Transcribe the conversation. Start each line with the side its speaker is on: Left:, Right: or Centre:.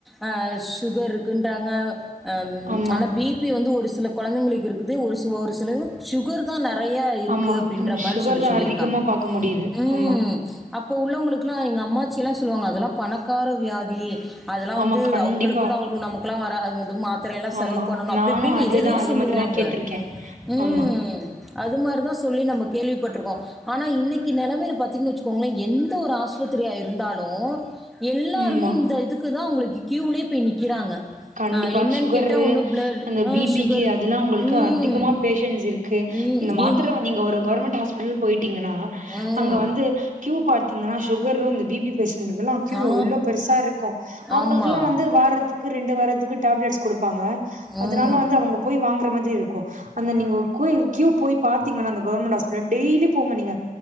Centre: ஆ ஷுகர் இருக்குன்றாங்க அ
Right: ஆமா
Centre: ஆனா பி பி வந்து ஒரு சில கொழந்தைங்களுக்கு இருக்குது ஒரு சில ஒரு சிலரு ஷுகர்தா நெறைய இருக்கு
Right: ஆமா
Centre: அப்டின்ற
Right: ம்
Centre: மாரி
Right: சுகர்
Centre: சொல்லி
Right: தா
Centre: சொல்லியிருக்காங்க
Right: அதிகமா பாக்க முடியுது
Centre: ம்
Right: ஆமா
Centre: அப்ப உள்ளவங்களுக்குலா எங்க அம்மாச்சியெல்லா சொல்லுவாங்க அதெல்லா பணக்கார வியாதி அதெல்லா
Right: ஆமா
Centre: வந்து
Right: கண்டிப்பா.
Centre: அவங்களுக்கு தா வரு நமக்கெல்லா வரா மாத்திரயெல்லா செலவு
Right: ஆமா.
Centre: பண்ணனோ அப்டி
Right: நானும்
Centre: இப்டின்னு
Right: அதேதான்
Centre: ஏதேதோ
Right: அதே
Centre: சொல்லுவாங்க
Right: மாதிரி தான் கேட்டிருக்கேன்.
Centre: க ம்
Right: ஆமா.
Centre: அது மாரிதா சொல்லி நம்ம கேள்விப்பட்ருக்கோ ஆனா இன்னைக்கி நெலமையில பாத்தீங்ன்னு வச்சுக்கோங்ளே எந்த ஒரு ஆஸ்பத்திரியா இருந்தாலு எல்லாருமே
Right: ம்மா.
Centre: இந்த இதுக்கு தா உங்களுக்கு கியூலே போய் நிக்கிறாங்க
Right: கண்டிப்பா
Centre: அ என்னன்னு
Right: ஷுகரு
Centre: கேட்டா ஒண்ணு பிளட்
Right: அந்த
Centre: அ
Right: பி பிக்கு
Centre: சுகர்
Right: அதெல்லா உங்களுக்கு
Centre: ம்.
Right: அதிகமா பேஷன்ட்ஸ் இருக்கு
Centre: ம்.
Right: இந்த மாத்தர
Centre: ஏன்
Right: நீங்க ஒரு கவுர்மெண்ட் ஹாஸ் பிடல் போயிட்டீங்கன்னா
Centre: ம்.
Right: அங்க வந்து கியூ பாத்தீங்கன்னா ஷுகரு இந்த பி பி பேஷண்ட்டுக்கல்லா கியூ
Centre: ஆ.
Right: எவ்ளோ பெருசா இருக்கோ அவங்களுக்ல்லா
Centre: ஆமா.
Right: வந்து வாரத்துக்கு ரெண்டு வாரத்துக்கு டேப்லெட்ஸ் குடுப்பாங்க
Centre: ம்.
Right: அதனால வந்து அவங்க போய் வாங்ற மாரி இருக்கு அந்த நீங்க கோ கியூ போய் பாத்தீங்கன்னா அந்த கவர்மெண்ட் ஹாஸ்பிட்டல்ல டெய்லியு போங்க நீங்க